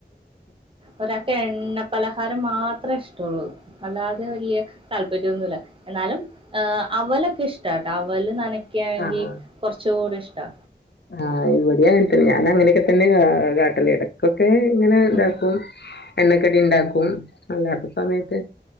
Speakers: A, on the right (about 30°); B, on the left (about 75°).
A: ഒരാൾക്ക് എണ്ണ പലഹാരം മാത്രേ ഇഷ്ട്ടൊള്ളൂ അല്ലാതെ വലിയ താല്പര്യോന്നുല്ല എന്നാലും അവൻ എനിക്ക് ഇഷ്ടാട്ടോ അവൽ നനയ്ക്കു
B: ആഹ്
A: <unintelligible> കുറച്ചു കൂടി ഇഷ് ട്ട്
B: ആഹ് ഇവിടെയും അങ്ങനെ തന്നെ ഞാൻ അങ്ങനെ ഒക്കെ തന്നെയാ കാട്ടല് ഇടക്കൊ ക്കെ ഇങ്ങനെ ഇതാകും,
A: ഉം
B: എണ്ണക്കടി ഉണ്ടാക്കും. <inaudible> അല്ലാത്ത സമയത്ത്